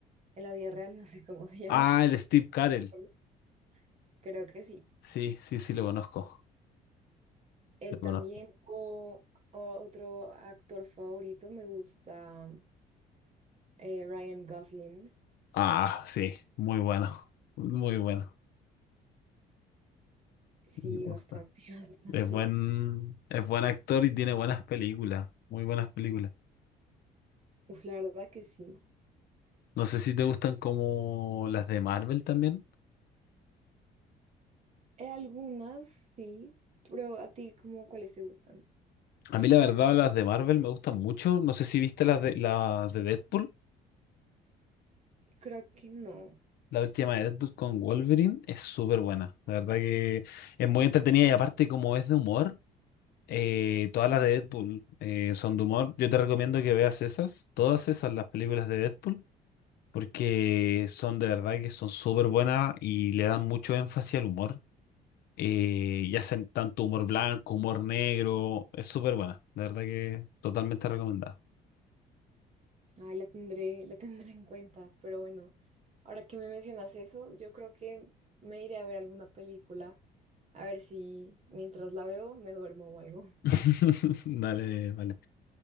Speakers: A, on the right (about 40°); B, on the left (about 70°).
A: en la vida real no sé cómo se llama.
B: Ah,
A: <laughs>
B: el Steve Carell.
A: ¿de acuerdo? Creo que sí
B: Sí, sí, sí, lo conozco.
A: Él
B: Lo conozco.
A: también, o, o otro actor favorito, me gusta mm, eh, Ryan Gosling.
B: Ah, sí, muy bueno. Muy bueno.
A: Sí,
B: Me gusta.
A: bastante, <laughs> bastante.
B: Es buen, es buen actor y tiene buenas películas. Muy buenas películas.
A: Uf, la verdad que sí.
B: No sé si te gustan como las de Marvel también.
A: Eh, algunas sí, pero a ti, ¿cómo cuáles te gustan?
B: A mí la verdad las de Marvel me gustan mucho. No sé si viste las de, las de Deadpool.
A: Creo que no.
B: La última de Deadpool con Wolverine es súper buena. La verdad que es muy entretenida y aparte como es de humor. Eh, todas las de Deadpool eh, son de humor. Yo te recomiendo que veas esas, todas esas, las películas de Deadpool, porque son de verdad que son súper buenas y le dan mucho énfasis al humor. Eh, y hacen tanto humor blanco, humor negro. Es súper buena. De verdad que totalmente recomendada.
A: Ay, la tendré, la <laughs> tendré en cuenta, pero bueno, ahora que me mencionas eso, yo creo que me iré a ver alguna película, a ver si mientras la veo me duermo o algo. <laughs>
B: <laughs> Dale, vale.